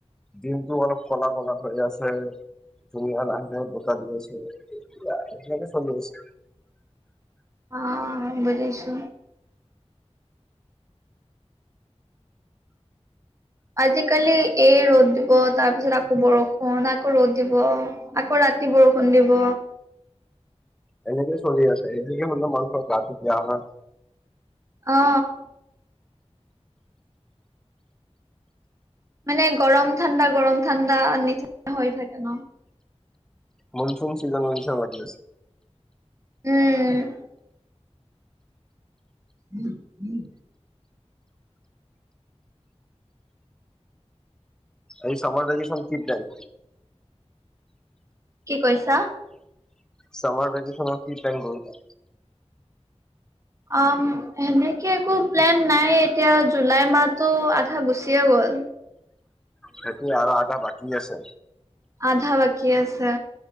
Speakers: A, in the centre; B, on the right.
A: দিনটো অলপ ক'লা ক'লা হয় আছে। ধুমুহা বতাহ দি আছে এতিয়া সেনেকে চলি আছে।
B: অ বুজিছোঁ। আজিকালি এই ৰ'দ দিব তাৰ পিছত আকৌ বৰষুণ আকৌ ৰ'দ দিব। আকৌ ৰাতি বৰষুণ দিব।
A: এনেকে চলি আছে এদিন হে মানুহৰ গাটো বেয়া হয়।
B: অঁ। মানে গৰম ঠাণ্ডা গৰম ঠাণ্ডা নিচ হৈ থাকে ন।
A: মনচুন চিজনৰ অ নিচিনা লাগি আছে।
B: উম। <unintelligible>
A: আজি চামাৰ ভেকশ্যনৰ কি প্লেন?
B: কি কৈছা?
A: চামাৰ ভেকেশচনত কি প্লেন কৰিলা?
B: অ হেনেকে একো প্লেন নাই এতিয়া জুলাই মাহতটো আধা গুচিয়ে গ'ল। <inaudible>
A: খেতি আৰু আধা বাকী আছে।
B: আধা বাকী আছে।